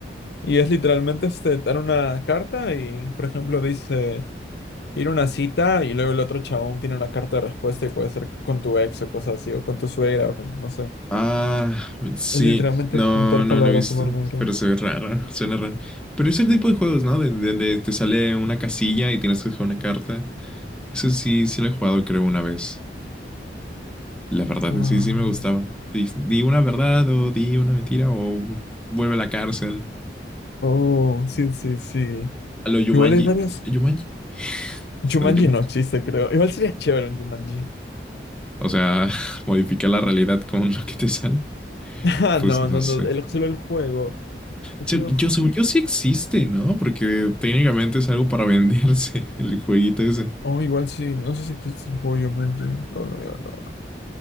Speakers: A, on the left; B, in the centre.
A: Y es literalmente este, dar una carta y, por ejemplo, dice ir a una cita y luego el otro chabón tiene una carta de respuesta y puede ser con tu ex o cosas así, o con tu suegra, o con, no sé.
B: Ah, sí.
A: Es literalmente
B: No,
A: juntar
B: no
A: palabras
B: lo he visto,
A: humor negro.
B: pero se ve raro, <laughs> suena raro. Pero es el tipo de juegos, ¿no? De- de- Donde te sale una casilla y tienes que jugar una carta. Eso sí, sí lo he jugado, creo, una vez. La verdad
A: Ah.
B: es que sí, sí me gustaba. Di, di una verdad o di una mentira o vuelve a la cárcel.
A: Oh, sí, sí, sí.
B: A lo Yumanji.
A: Igual hay varios.
B: ¿Yumanji?
A: Jumanji
B: ¿Será Yumanji?
A: no existe, creo. Igual sería chévere un Jumanji.
B: O sea, <laughs> modificar la realidad con lo que te sale.
A: <laughs> Ah,
B: Pues
A: no,
B: no
A: no,
B: sé.
A: no. El, solo el juego. Otro.
B: Se- Yo, según yo, sí existe, ¿no? Porque técnicamente es algo para venderse <laughs> el jueguito ese.
A: Oh, igual sí, no sé si existe el juego Jumanji. No, no, no, no.